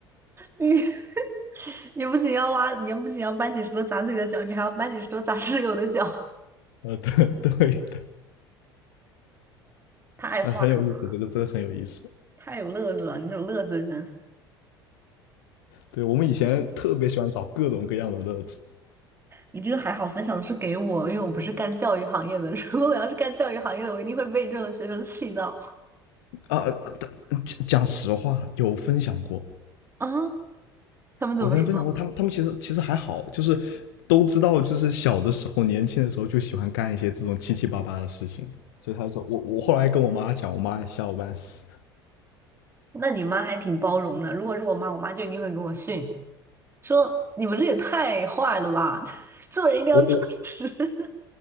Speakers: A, on the right; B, on the left.
A: 你 <laughs> 你不仅要挖，你不仅要搬起石头砸自己的脚，你还要搬起石头砸室友的脚，
B: <laughs>，呃对 <laughs> 对的，
A: <laughs> 太坏了，
B: 哎很有意思，这个真的很有意思。
A: 太有乐子了，你这种乐子人。
B: 对我们以前特别喜欢找各种各样的乐子
A: 你这个还好，分享的是给我，因为我不是干教育行业的。<laughs> 如果我要是干教育行业的，我一定会被你这种学生气到
B: 啊，啊但讲讲实话有分享过，
A: 啊！他们怎么说？
B: 我之前分享过，他们他们其实其实还好，就是都知道，就是小的时候、年轻的时候就喜欢干一些这种七七八八的事情。所以他说我我后来跟我妈讲，我妈也吓我半死。
A: 那你妈还挺包容的。如果是我妈，我妈就一定会给我训，说你们这也太坏了吧，<laughs> 做人一定要正直。
B: 我我
A: <laughs>